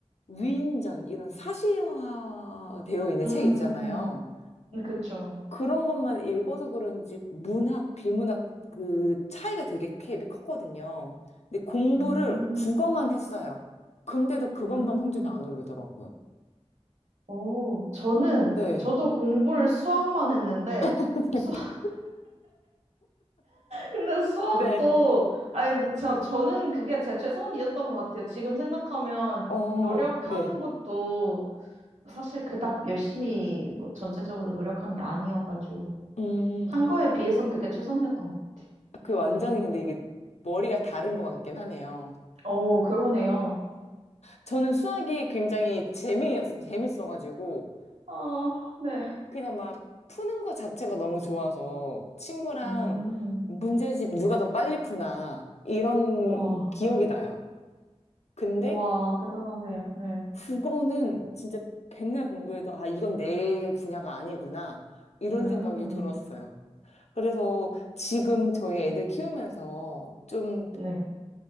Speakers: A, on the left; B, on the right.
A: 위인전 이런 사실화 되어 있는
B: 음,
A: 책 있잖아요.
B: 네, 그쵸.
A: 그런 것만 읽어서 그런지 문학, 비문학 그 차이가 되게 갭이 컸거든요. 근데 공부를
B: 음,
A: 국어만 했어요. 근데도 그것만
B: 음,
A: 성적이 안 오르더라고요.
B: 오, 저는,
A: 네.
B: 저도 공부를 수학만 했는데,
A: <laughs>
B: 수 근데 수업도,
A: 네.
B: 아니, 근데 저, 저는 그게 제 최선이었던 것 같아요. 지금 생각하면
A: 어,
B: 노력하는
A: 네.
B: 것도 사실 그닥 열심히 뭐 전체적으로 노력한 게 아니어가지고.
A: 음,
B: 한 거에 비해선 그게 최선이었던 것 같아요.
A: 그 완전히 근데 이게 머리가 다른 것 같긴 하네요.
B: 어, 그러네요.
A: 저는 수학이 굉장히 재미, 재밌어가지고,
B: 아, 네.
A: 그냥 막 푸는 거 자체가 너무 좋아서, 친구랑
B: 음,
A: 문제집 누가 더 빨리 푸나, 이런
B: 와,
A: 기억이 나요. 근데
B: 와, 대단하세요. 네.
A: 국어는 진짜 백날 공부해도, 아, 이건 내 분야가 아니구나, 이런
B: 음,
A: 생각이 들었어요. 그래서 지금 저희 애들 키우면서 좀
B: 네.